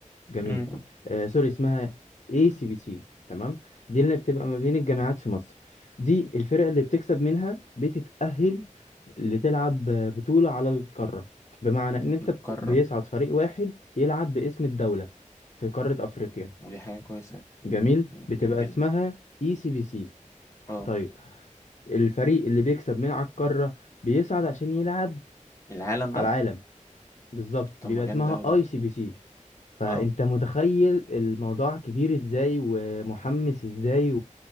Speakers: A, on the left; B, on the left.
A: جميل
B: مم.
A: آه سوري اسمها اي سي بي سي تمام دي اللي بتبقى ما بين الجامعات في مصر دي الفرق اللي بتكسب منها بتتأهل لتلعب آه، بطولة على القارة بمعنى ان انت
B: القاره
A: بت... بيصعد فريق واحد يلعب باسم الدولة في قارة افريقيا
B: ودي حاجه كويسه
A: جميل بتبقى
B: جامد جدا
A: اسمها اي سي بي سي
B: اه
A: طيب الفريق اللي بيكسب من على القارة بيصعد عشان يلعب
B: العالم بقى
A: على العالم بالظبط
B: طب
A: بيبقى
B: ما جامد
A: اسمها
B: قوي ده
A: اي سي بي سي فانت
B: اه
A: متخيل الموضوع كبير ازاي ومحمس ازاي